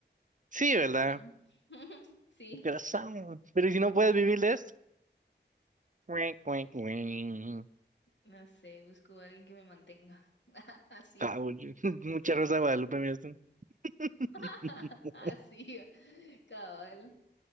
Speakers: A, on the right; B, on the left.
A: Sí,
B: mi corazón.
A: ¿verdad?
B: <laughs> Sí.
A: Corazón. Pero ¿y si no puedes vivir de esto. Cuic, cuic, cuic.
B: No sé, busco a alguien que me mantenga. <laughs> Así
A: Ah,
B: va.
A: oye, <laughs> Mucha rosa de Guadalupe, mira esto. <laughs>
B: <laughs> Así va. Cabal.